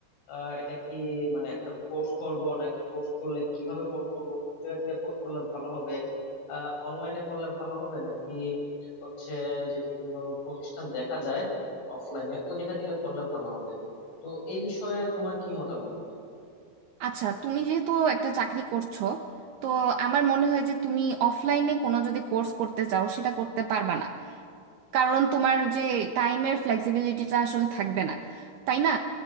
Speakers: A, on the left; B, on the right.
A: আহ, এটা কি মানে একটা কোর্স করব নাকি কোর্স করলে কিভাবে কোর্স করব কোন জায়গা থেকে কোর্স করলে ভালো হবে আহ অনলাইনে করলে ভালো হবে নাকি হচ্ছে যে বিভিন্ন প্রতিষ্ঠান দেখা যায় অফলাইনে ওই জায়গা থেকে করলে ভালো হবে তো এই বিষয়ে তোমার কি মতামত
B: আচ্ছা তুমি যেহেতু একটা চাকরি করছো তো আমার মনে হয় যে তুমি অফলাইনে কোনো যদি কোর্স করতে চাও সেটা করতে পারবা না কারণ তোমার যে টাইমের ফ্লেক্সিবিলিটিটা আসলে থাকবে না তাই না